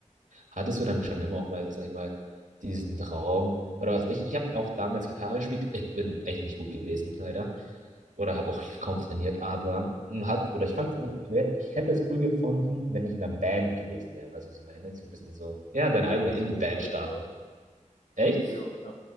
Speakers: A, on the right; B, on the left.
A: Hattest du dann schon immer auch mal, sag ich mal, diesen Traum oder was? Ich, ich habe auch damals Gitarre gespielt. Ich bin echt nicht gut gewesen, leider. Oder habe auch <laughs> kaum trainiert, aber man hat, oder ich fand's, ähm, ich wär- ich hätte es cool gefunden, wenn ich in einer Band gewesen wäre. Weißt du, was ich meine? So ein bisschen so, ja, deine
B: Ja,
A: eigene Indie-Band
B: so geht's mir heute
A: starten.
B: Nacht.
A: Echt?
B: Jo, ja.